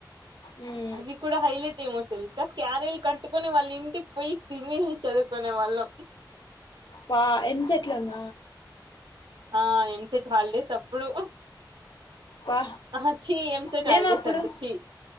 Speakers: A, on the left; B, on the right.
A: మ్
B: అది కూడా హైలైట్ ఏమో తెలుసా క్యారిల్ కట్టుకుని వాళ్ళ ఇంటికి పోయి తిని చదువుకునే వాళ్ళం
A: పా ఎమ్ సెట్ లోన
B: ఆ ఎం సెట్ హాలిడేస్ అప్పుడు
A: పా
B: ఆహా చీ ఎంసెట్
A: మేము
B: హాలీడ్
A: అప్పుడు
B: అంట చీ